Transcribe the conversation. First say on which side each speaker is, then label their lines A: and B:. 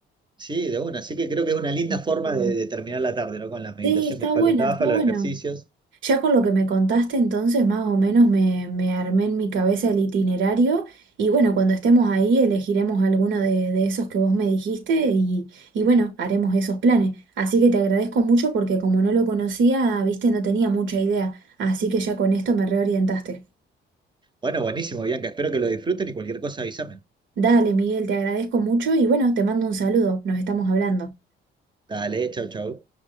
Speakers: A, on the right; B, on the right.
A: sí, de una. Así que creo que es una linda
B: Así
A: forma
B: que-
A: de, de terminar la tarde, ¿no? Con la meditación
B: Sí, está
A: de Falun
B: bueno,
A: Dafa,
B: está
A: los
B: bueno.
A: ejercicios.
B: Ya con lo que me contaste, entonces más o menos me, me armé en mi cabeza el itinerario y bueno, cuando estemos ahí elegiremos alguno de, de esos que vos me dijiste y, y bueno, haremos esos planes. Así que te agradezco mucho porque como no lo conocía, viste, no tenía mucha idea, así que ya con esto me reorientaste.
A: Bueno, buenísimo, Bianca. Espero que lo disfruten y cualquier cosa avísame.
B: Dale, Miguel, te agradezco mucho y bueno, te mando un saludo, nos estamos hablando.
A: Dale, chau, chau.